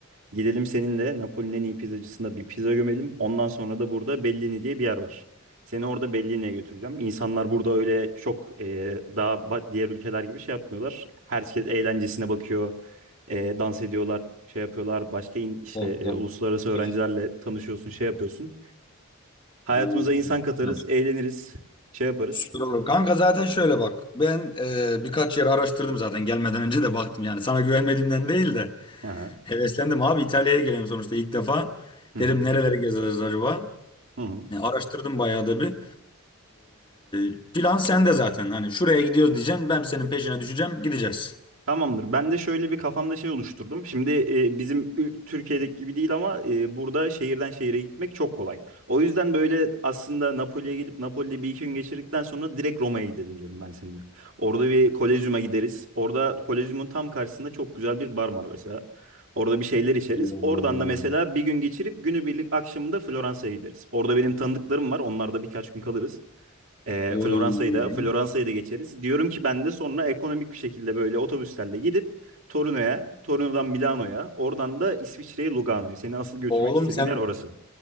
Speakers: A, on the right; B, on the left.
A: Gidelim seninle Napoli'nin en iyi pizzacısında bir pizza gömelim. Ondan sonra da burada Bellini diye bir yer var. Seni orada Bellini'ye götüreceğim. İnsanlar burada öyle çok e, daha ba- diğer ülkeler gibi şey yapmıyorlar. Herkes eğlencesine bakıyor. E, dans ediyorlar, şey yapıyorlar. Başka in- işte
B: Oh
A: e,
B: oh.
A: uluslararası öğrencilerle
B: Müthiş.
A: tanışıyorsun, şey yapıyorsun. Hayatımıza
B: Oo,
A: insan katarız,
B: süper.
A: eğleniriz, şey yaparız.
B: Süper olur. Kanka zaten şöyle bak. Ben e, birkaç yer araştırdım zaten gelmeden önce de baktım yani. Sana güvenmediğimden değil de
A: Aha.
B: heveslendim abi İtalya'ya gelelim sonuçta ilk defa.
A: Hı
B: Dedim
A: hı.
B: nereleri gezeriz acaba?
A: Hı hı.
B: E, araştırdım bayağı da bir. E, plan sende zaten. Hani şuraya gidiyoruz diyeceksin. Ben senin peşine düşeceğim. Gideceğiz.
A: Tamamdır. Ben de şöyle bir kafamda şey oluşturdum. Şimdi e, bizim ül- Türkiye'deki gibi değil ama e, burada şehirden şehire gitmek çok kolay. O yüzden böyle aslında Napoli'ye gelip Napoli'de bir iki gün geçirdikten sonra direkt Roma'ya gidelim diyorum ben seninle. Orada bir Kolezyum'a gideriz. Orada Kolezyum'un tam karşısında çok güzel bir bar var mesela. Orada bir şeyler içeriz.
B: Oo.
A: Oradan da mesela bir gün geçirip günübirlik akşamında Floransa'ya gideriz. Orada benim tanıdıklarım var. Onlarda birkaç gün kalırız. E,
B: Oy.
A: Floransa'yı da Floransa'yı da geçeriz. Diyorum ki ben de sonra ekonomik bir şekilde böyle otobüslerle gidip Torino'ya, Torino'dan Milano'ya, oradan da İsviçre'ye, Lugano'ya. Seni asıl götürmek
B: Oğlum
A: istediğim
B: sen
A: yer orası.